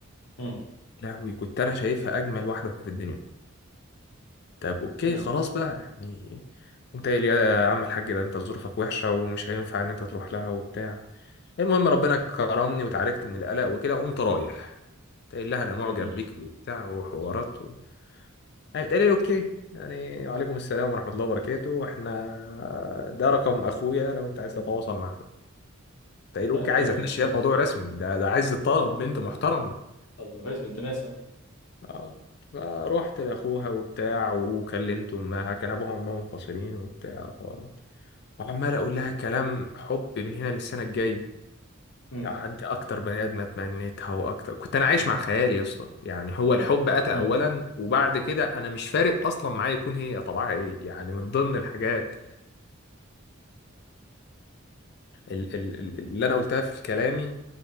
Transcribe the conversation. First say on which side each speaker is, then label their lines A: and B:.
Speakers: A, on the left (about 80°); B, on the left (about 50°).
A: امم
B: لهوي كنت انا شايفها اجمل واحده في الدنيا طب اوكي
A: لا
B: خلاص بقى يعني انت قايل يا عم الحاج ده انت ظروفك وحشة ومش هينفع ان انت تروح لها وبتاع المهم ربنا كرمني وتعالجت من القلق وكده وقمت رايح تقول لها انا معجب
A: جميل
B: بيك وبتاع وحوارات و... هيتقال لي اوكي يعني وعليكم السلام ورحمة الله وبركاته احنا ده رقم اخويا لو انت عايز تتواصل معاه تقول اوكي
A: طيب
B: عايز
A: ده
B: اتمشي
A: كويس
B: الموضوع رسمي ده ده عايز طلب بنت محترمة
A: طب ده كويس بنت ناس اه
B: اه فروحت لاخوها وبتاع وكلمت امها كان ابوها وامها منفصلين وبتاع وحوارات. وعمال اقول لها كلام حب من هنا للسنه الجايه
A: امم
B: يعني انت اكتر بني ادم اتمنيتها واكتر كنت انا عايش مع خيالي يا اسطى يعني هو الحب اتى
A: امم
B: اولا وبعد كده انا مش فارق اصلا معايا يكون هي طبعها ايه يعني من ضمن الحاجات ال- ال- ال- اللي انا قلتها في كلامي